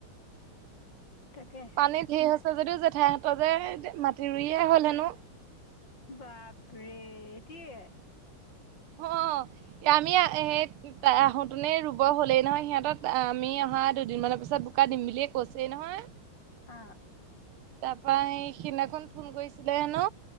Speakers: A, on the left; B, on the right.
A: তাকে।
B: পানীত ধেৰ হৈছে যদিও জেঠাইহঁতৰ যে মাটি ৰুইয়ে হ'ল হেনো।
A: বাপৰে এতিয়ে?
B: অ', আমি হে তাই আহোঁতেনেই ৰুব হ'লেই নহয় সিহঁতত। আমি অহা দুদিনমানৰ পিছত বোকা দিম বুলিয়েই কৈছেই নহয়।
A: অ'।
B: তাৰপা সেই সিদিনাখন ফোন কৰিছিলে হেনো।